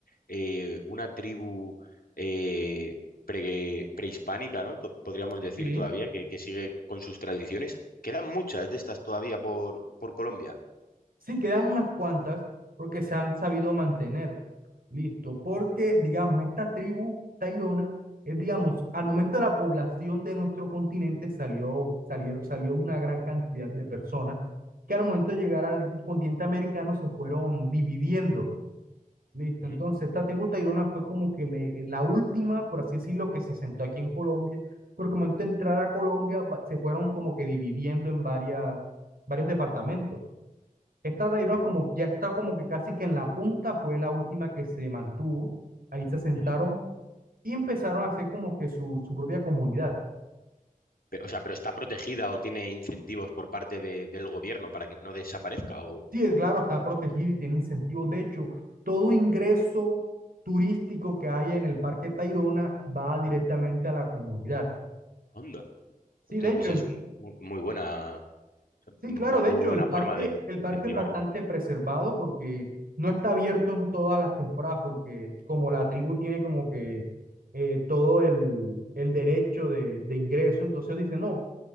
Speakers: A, on the left (about 85°); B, on the right (about 90°).
A: eh, una tribu eh, pre- prehispánica, ¿no? To- podríamos decir
B: sí.
A: todavía, que, que sigue con sus tradiciones. Quedan muchas de estas todavía por, por Colombia.
B: Sí quedan unas cuantas porque se han sabido mantener. Listo, porque digamos, esta tribu tairona es, digamos,
A: ¿Mm?
B: al momento de la población de nuestro continente salió, salieron, salió una gran cantidad de personas que al momento de llegar al continente americano se fueron dividiendo. Listo,
A: ¿Mm?
B: entonces esta tribu tairona fue como que le- la última, por así decirlo, que se asentó aquí en Colombia, porque al momento de entrar a Colombia va- se fueron como que dividiendo en varias, varios departamentos. Esta Tayrona
A: ¿No?
B: como ya está como que casi que en la punta, fue la última que se mantuvo. Ahí se asentaron
A: ¿Mm?
B: y empezaron a hacer como que su, su propia comunidad.
A: Pe- O sea, pero está protegida o tiene incentivos por parte de- del gobierno para que no desaparezca o
B: Sí, es claro, está protegida y tiene incentivos. De hecho, todo ingreso turístico que haya en el Parque Tayrona va directamente a la comunidad.
A: anda.
B: Sí,
A: Hostia,
B: de hecho,
A: pues
B: el,
A: es un, mu- muy buena,
B: Sí,
A: una
B: claro,
A: muy
B: de hecho,
A: buena
B: el parque,
A: forma de
B: el
A: incentivarlo.
B: parque es bastante preservado porque no está abierto en todas las temporadas, porque como la tribu tiene como que eh, todo el, el derecho de, de ingreso, entonces dice, no,